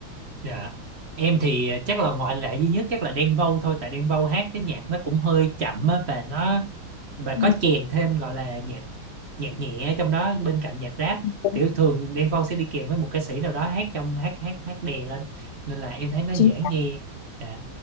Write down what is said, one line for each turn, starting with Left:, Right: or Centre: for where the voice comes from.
Right: dạ em thì à, chắc là ngoại lệ duy nhất chắc là Đen Vâu thôi tại Đen Vâu hát cái nhạc nó cũng hơi chậm á và nó và
Left: Ừ,
Right: có chèn thêm gọi là nhạc nhạc nhẹ trong đó bên cạnh nhạc rap
Left: đúng,
Right: thì thường Đen Vâu sẽ đi kèm với một ca sĩ nào đó hát trong hát hát hát đè lên nên là em thấy nó
Left: chính
Right: dễ nghe
Left: xác
Right: dạ